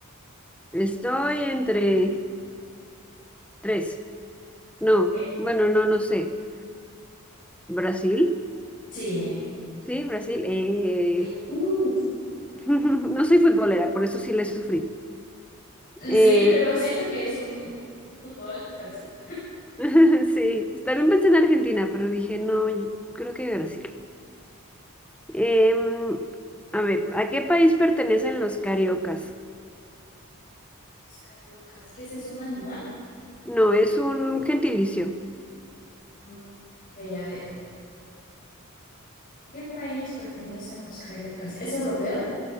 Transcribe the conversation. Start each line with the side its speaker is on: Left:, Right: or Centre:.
Centre: Estoy entre tres. No,
Left: ¿ok?
Centre: bueno, no, no sé. Brasil,
Left: Sí,
Centre: sí, Brasil. eh,
Left: sí. Uh,
Centre: <laughs> No soy futbolera, por eso sí le sufrí.
Left: sí,
Centre: Eh,
Left: pero siento que es un fútbol Brasil.
Centre: <laughs> Sí, también pensé en Argentina, pero dije, no, yo creo que Brasil. Em, a ver, ¿a qué país pertenecen los cariocas?
Left: Los cariocas, ¿qué es eso? ¿Un animal?
Centre: No, es un gentilicio.
Left: Ok, a ver, ¿qué país pertenecen los cariocas? ¿Es europeo?